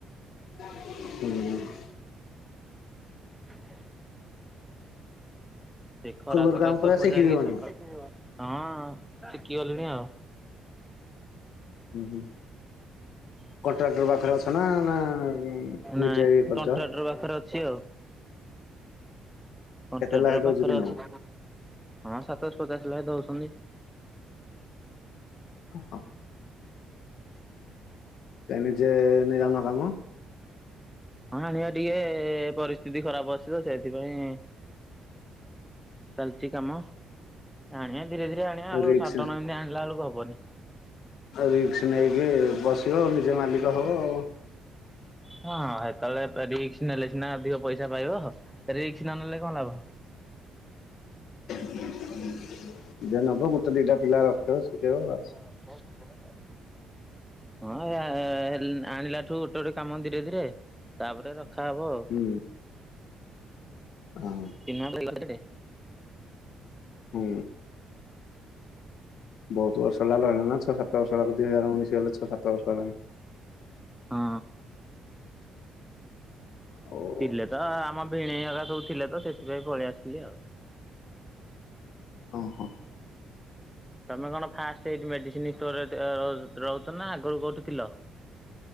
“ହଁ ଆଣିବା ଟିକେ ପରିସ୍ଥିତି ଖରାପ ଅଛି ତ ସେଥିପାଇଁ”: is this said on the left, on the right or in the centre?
Centre